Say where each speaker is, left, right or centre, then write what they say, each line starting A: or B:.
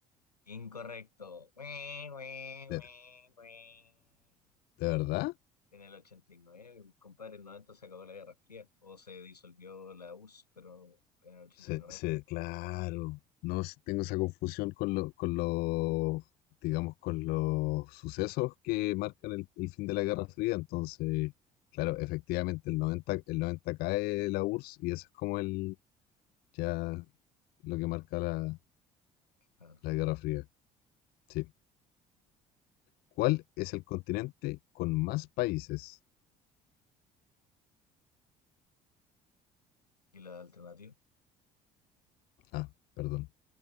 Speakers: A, on the left; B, on the left.
A: Incorrecto. Ue, ue,
B: ¿De,
A: ue,
B: de
A: ue.
B: verdad?
A: En el 89, compadre, en el 90 se acabó la Guerra Fría o se disolvió la URSS, pero en el ochenta
B: Se,
A: y nueve
B: se-
A: fue.
B: claro. No s- tengo esa confusión con lo- con los, digamos, con los sucesos que marcan el, el fin de la Guerra Fría. Entonces, claro,
A: Claro,
B: efectivamente el noventa, el 90 cae la URSS y eso es como el, ya, lo que marca la,
A: claro.
B: la Guerra Fría. Sí. ¿Cuál es el continente con más países?
A: ¿Y la alternativa?
B: Ah, perdón.